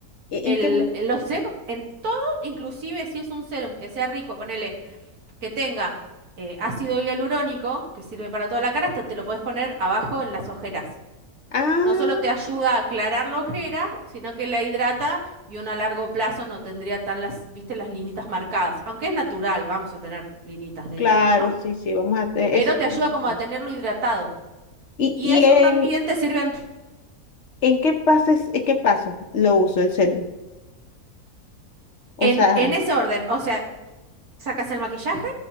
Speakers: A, on the left; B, on the right.
A: ¿En
B: El,
A: en qué?
B: los serum, en todo, inclusive si es un serum que sea rico, ponele que tenga eh, ácido hialurónico, que sirve para toda la cara, hasta te lo puedes poner abajo en las ojeras.
A: Ah.
B: No solo te ayuda a aclarar la ojera, sino que la hidrata y uno a largo plazo no tendría tan las, viste, las linitas marcadas. Aunque es natural, vamos a tener linitas de
A: Claro,
B: grande, ¿no?
A: sí, sí, vamos a hacer
B: Pero
A: eso.
B: te
A: es
B: ayuda
A: muy
B: como
A: bueno.
B: a tenerlo hidratado.
A: ¿Y,
B: Y
A: y
B: eso
A: el,
B: también te sirve ant-
A: en qué pases, en qué paso lo uso el serum? O
B: en,
A: sea,
B: en ese orden. O sea, sacas el maquillaje,